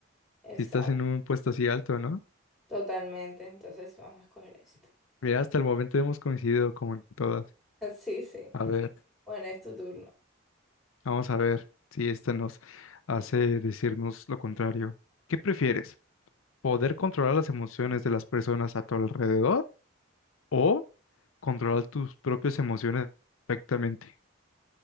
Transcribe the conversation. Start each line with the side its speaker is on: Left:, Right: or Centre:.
Centre: Exacto,
Left: Si estás en un puesto así alto, ¿no?
Centre: totalmente. Entonces vamos a escoger esto.
Left: Mira, hasta el momento hemos coincidido como en todas.
Centre: <laughs> Sí, sí.
Left: A ver,
Centre: Bueno, es tu turno.
Left: vamos a ver si esta nos hace decirnos lo contrario. ¿Qué prefieres? ¿Poder controlar las emociones de las personas a tu alrededor o controlar tus propias emociones perfectamente?